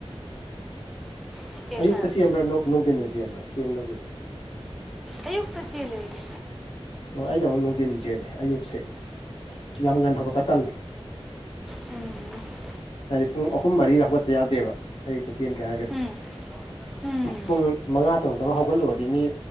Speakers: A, in the centre; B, on the left.
A: ꯆꯤꯛꯑꯦ
B: ꯑꯌꯨꯛꯇ
A: ꯈꯔ
B: ꯆꯦꯟꯕ꯭ꯔꯥ ꯅꯨꯡ ꯅꯨꯡꯊꯤꯟꯗ ꯆꯦꯟꯕ꯭ꯔꯥ ꯆꯦꯟꯕꯒꯤꯗꯤ
A: ꯑꯌꯨꯛꯇ ꯆꯦꯜꯂꯦ ꯑꯩꯗꯤ
B: ꯑꯣ ꯑꯩꯅ ꯑꯃꯨꯛ ꯅꯨꯡꯗꯤꯟ ꯆꯦꯜꯂꯦ ꯑꯌꯨꯛꯁꯦ ꯌꯥꯝ ꯉꯟꯅ ꯍꯧꯒꯠꯄ ꯇꯜꯂꯦ
A: ꯎꯝ
B: ꯍꯥꯏꯗꯤ ꯄꯨꯡ ꯑꯍꯨꯝ ꯃꯔꯤꯗ ꯍꯧꯒꯠꯇ ꯌꯥꯗꯦꯕ ꯑꯌꯨꯛꯇ ꯆꯦꯟꯒꯦ ꯍꯥꯏꯔꯒꯗꯤ
A: ꯎꯝ ꯎꯝ
B: ꯄꯨꯡ ꯃꯉꯥ ꯇꯔꯨꯛ ꯇꯒ ꯍꯧꯒꯠꯂꯨꯔꯗꯤ ꯃꯤ